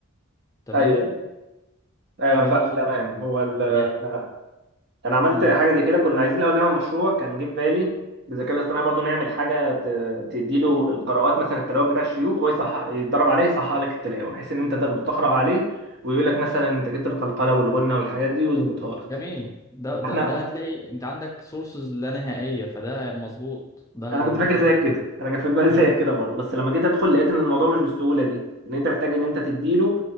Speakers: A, on the left; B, on the right.
A: انت
B: أيوه
A: فاهم
B: أيوه
A: انت
B: أنا
A: فاهم
B: فاهمك
A: انا اقصد
B: تمام هو ال
A: يا
B: أنا أنا عملت
A: مم.
B: حاجة زي كده كنا عايزين الأول نعمل مشروع كان جه في بالي بالذكاء الاصطناعي برضو نعمل حاجة ت- تديله القراءات مثلا التلاوة بتاع الشيوخ وهو يصحح يتدرب عليه يصحح لك التلاوة بحيث إن أنت تاخده تقرأ عليه ويقول لك مثلا أنت جبت القلقلة والغنة والحاجات دي ويظبطها لك
A: جميل ده ده
B: احنا
A: ده هتلاقي انت عندك سورسز لا نهائية فده مظبوط ده
B: انا
A: هيظبط
B: كنت فاكر
A: لك
B: زيك
A: الدنيا
B: كده انا كان في دماغي زيك كده برضه بس لما جيت ادخل لقيت ان الموضوع مش بالسهوله دي ان انت محتاج ان انت تديله